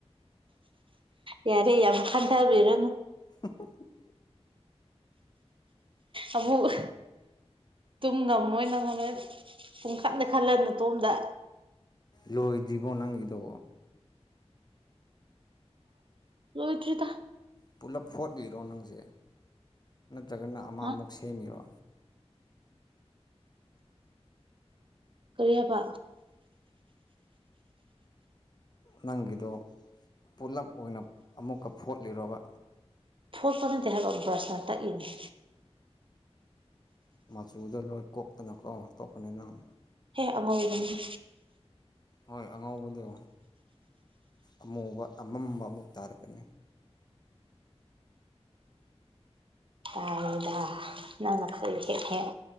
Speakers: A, on the right; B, on the left.
A: ꯌꯥꯔꯦ ꯌꯥꯝ ꯈꯟꯊꯕꯤꯔꯅꯨ
B: <unintelligible>
A: ꯑꯃꯨꯛ ꯇꯨꯝ ꯉꯝꯃꯣꯏ ꯅꯪ ꯍꯣꯔꯦꯟ ꯄꯨꯡꯈꯟꯗ ꯈꯜꯂ ꯅꯇꯣꯝꯗ
B: ꯂꯣꯏꯗꯤ꯭ꯕꯣ ꯅꯪꯒꯤꯗꯣ
A: ꯂꯣꯏꯗꯔꯤꯗ
B: ꯄꯨꯂꯞ ꯐꯣꯠꯂꯤꯔꯣ ꯅꯪꯁꯦ ꯅꯠꯇ꯭ꯔꯒꯅ ꯑꯃ
A: ꯍꯥ
B: ꯑꯃꯨꯛ ꯁꯦꯝꯃꯤꯔꯣ
A: ꯀꯔꯤ ꯍꯥꯏꯕ
B: ꯅꯪꯒꯤꯗꯣ ꯄꯨꯂꯞ ꯑꯣꯏꯅ ꯑꯃꯨꯛꯀ ꯐꯣꯠꯂꯤꯔ‌ꯣꯕ
A: ꯐꯣꯠꯄ ꯅꯠꯇꯦ ꯍꯥꯏꯕ ꯕ꯭ꯔꯁꯅ ꯇꯛꯏꯅ‌ꯦ
B: ꯃꯆꯨꯗꯣ ꯂꯣꯏ ꯀꯣꯛꯇꯅꯀꯣ ꯇꯣꯛꯀꯅꯤ ꯅꯪ
A: ꯍꯦ ꯑꯉꯧꯕꯅꯦ
B: ꯍꯣꯏ ꯑꯉꯧꯕꯗꯣ ꯑꯃꯨꯕ ꯑꯃꯝꯕ ꯑꯃꯨꯛ ꯇꯥꯔꯛꯀꯅꯤ <unintelligible>
A: ꯇꯥꯏꯗ ꯅꯪꯅ ꯈꯔ ꯍꯦꯛ ꯍꯦꯛ